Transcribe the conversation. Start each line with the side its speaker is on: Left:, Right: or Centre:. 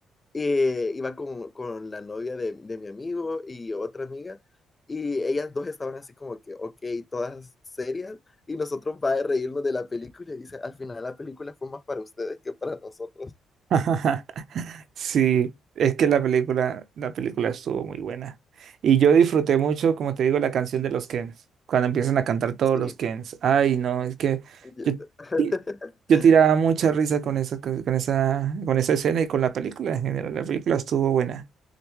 Left: eh, iba con, con la novia de, de mi amigo y otra amiga, y ellas dos estaban así como que, ok, todas serias, y nosotros va a reírnos de la película, y dice, al final la película fue más para ustedes que para nosotros.
Right: <laughs> Sí, es que la película, la película estuvo muy buena. Y yo disfruté mucho, como te digo, la canción de los Kens. Cuando empiezan a cantar todos
Left: Sí.
Right: los Kens. Ay, no, es que
Left: yo-
Right: yo,
Left: <laughs>
Right: ti- yo tiraba mucha risa con esa, con con esa, con esa escena y con la película en general. La película estuvo buena.